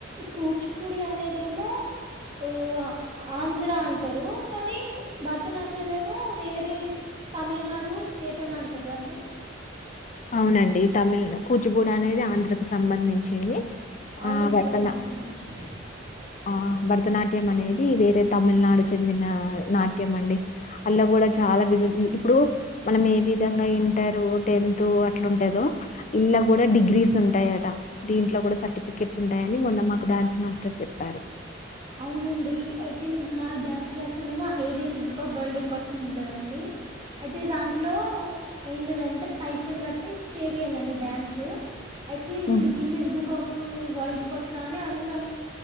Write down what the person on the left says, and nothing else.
ఔనండి తమిళ కూచిపూడనేది ఆంధ్రకు సంబంధించింది
ఆ భరతనా
ఆ! భరతనాట్యం అనేది వేరే తమిళనాడు చెందిన నాట్యమండి అలా కూడా చాలా ఇప్పుడు మనం ఏ విధంగా ఇంటరు టెన్ టు అట్లుంటదొ ఇళ్ల కూడా డిగ్రీస్ ఉంటాయట దీంట్ల కూడా సర్టిఫికెట్స్ ఉంటాయని మాకు డాన్స్ మాస్టర్ చెప్పారు
హ్మ్.